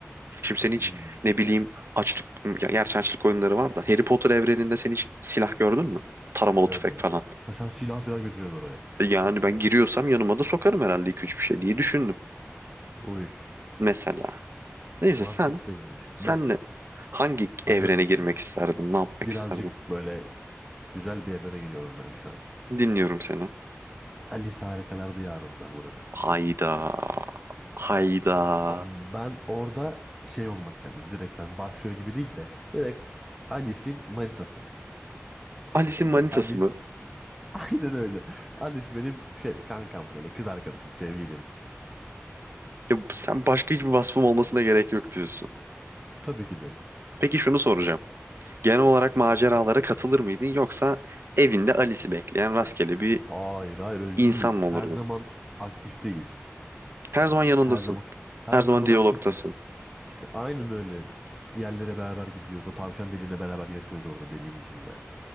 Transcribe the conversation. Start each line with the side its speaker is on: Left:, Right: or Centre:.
Right: Şimdi sen hiç
Centre: Hmm,
Right: ne bileyim açlık, ya- gerçi açlık oyunları var da Harry Potter evreninde sen hiç silah gördün mü? Taramalı
Centre: görmedim.
Right: tüfek falan.
Centre: Ha sen silah falan götürüyorsun oraya.
Right: E Yani ben giriyorsam yanıma da sokarım herhalde 2-3 bir şey diye düşündüm.
Centre: Uy,
Right: Mesela. Neyse
Centre: mantıklıymış.
Right: sen, senle
Centre: Ben,
Right: hangi
Centre: hazır
Right: evrene
Centre: mısın?
Right: girmek isterdin? Ne yapmak
Centre: Birazcık
Right: isterdin?
Centre: böyle güzel bir evrene gidiyorum ben şu an.
Right: Dinliyorum seni.
Centre: Alice Harikalar Diyarı'nda moruk.
Right: Hayda. Hayda.
Centre: Ama ben orada şey olmak istedim. Direkt ben başrol gibi değil de. Direkt Alice'in manitası.
Right: Alice'in
Centre: Yani
Right: manitası
Centre: ben Alice
Right: mı?
Centre: Aynen öyle. Annesi benim şey kankam böyle kız arkadaşım, sevgilim.
Right: Ya sen başka hiçbir vasfım olmasına gerek yok diyorsun.
Centre: Tabii ki de.
Right: Peki şunu soracağım. Genel olarak maceralara katılır mıydın yoksa evinde Alice'i bekleyen rastgele bir
Centre: Hayır hayır öyle
Right: insan
Centre: değil.
Right: mı olurdun?
Centre: Her zaman aktifteyiz.
Right: Her zaman yanındasın.
Centre: Her zaman her
Right: Her zaman
Centre: zaman
Right: diyalogtasın.
Centre: aktifiz. İşte aynen öyle. Yerlere beraber gidiyoruz. O tavşan deliğine beraber yaşıyoruz orada deliğin içinde.